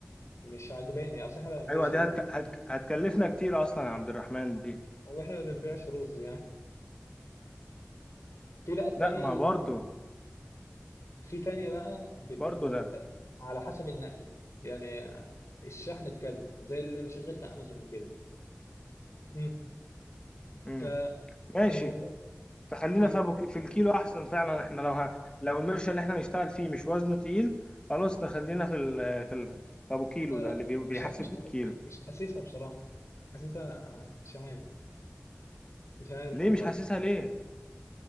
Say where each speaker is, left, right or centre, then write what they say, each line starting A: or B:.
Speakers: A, on the left (about 85°); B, on the left (about 20°).
A: مش عجباني اصل احنا ما بنبيعش
B: أيوة دي
A: رز
B: هتك... هتك... هتكلفنا كتير أصلا يا عبد الرحمن دي
A: واحنا ما بنبيعش رز يعني <laughs> في بقى التانيه
B: لا ما
A: اللي
B: برضو
A: في تانية بقى بت
B: برضو لا
A: على حسب النقلة يعني الشحن بكذا زي اللي مشغل في أمازون وكده مم.
B: مم.
A: ف...
B: ماشي
A: فالموضوع
B: فخلينا
A: اه
B: في أبو... ك- في الكيلو أحسن فعلا إحنا لو ه... لو المرشة اللي إحنا نشتغل فيه مش وزنه تقيل خلاص نخلينا في ال... في ال... في أبو كيلو
A: لا
B: ده
A: لا
B: اللي بي... بيحاسب
A: مش عارف مش
B: بالكيلو
A: عارف- مش حاسسها بصراحة حاسسها مش عارف مش عارف
B: ليه
A: والله
B: مش حاسسها ليه؟